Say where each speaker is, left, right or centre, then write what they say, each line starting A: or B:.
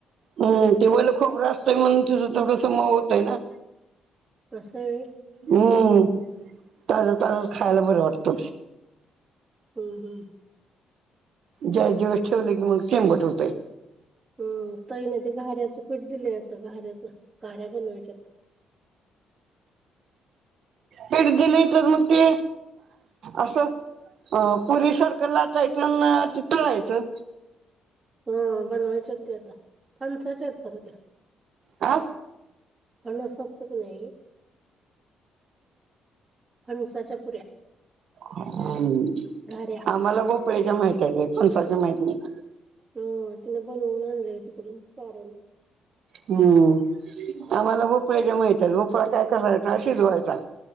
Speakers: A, on the right; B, on the right.
A: हम् ते बोल खूप रास्तंय म्हणून तच थोडस मऊ होतंय ना.
B: असं आहे
A: हम्मला खायला बरं वाटत.
B: हम्म हम्म.
A: ज्या दिवस ठेवले की मग चेंबट होतय.
B: हम् तही ना ते घाऱ्याच पीठ दिलंत घाऱ्याच गऱ्या बनवायच्यात <inaudible>
A: पेड दिले तर मग ते असं. अ पुरी सर्कल लाटायचं नि तळायचं.
B: हा बनवायच्या ते आता फनसायच्या आहेत खरं त्या
A: हफ.
B: फंडस असत की नाही फणसाच्या पुऱ्या
A: ह
B: घाऱ्या
A: आम्हाला भोपळेच्या माहित आहे पणसाच्या माहती नाही.
B: हा तिनं पण ऊन आणलंय तिकडून सारण
A: हम्म आम्हाला भोपळ्याच्या माहतात भोपळा काय कसायचा अशीच व्हायचा.